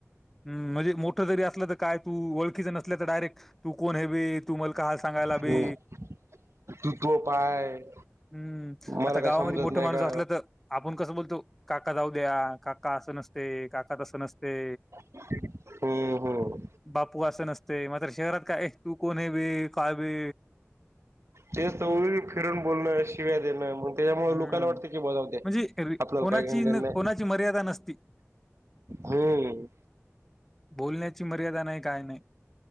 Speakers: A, in the centre; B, on the right.
A: ह म्हणजे मोठं जरी असलं तर काय तू ओळखीच नसल्या तर डायरेक्ट तू कोण हवे तू मला का सांगायला
B: हम्म
A: बे
B: तू तुय पाय.
A: हम्म
B: मला
A: आता
B: काय
A: गावामध्ये
B: समजत
A: मोठ
B: नाही
A: माणूस
B: का
A: असला तर आपण कसं बोलतो काका जाऊ द्या काका असं नसते काका तसं नसते.
B: हम्म हम्म
A: बापू असं नसते. मात्र शहरात काय तू कोणी बे काय बे
B: तेच तर फिरून बोलणं शिवाय देणं मग त्याच्यामुळे
A: हम्म.
B: लोकाला वाटते की जाऊद्या
A: म्हणजे रि
B: आपल्याला
A: कोणाची
B: काय घे
A: न
B: नाही.
A: कोणाची मर्यादा नसती.
B: हम्म
A: बोलण्याची मर्यादा नाही, काय नाही.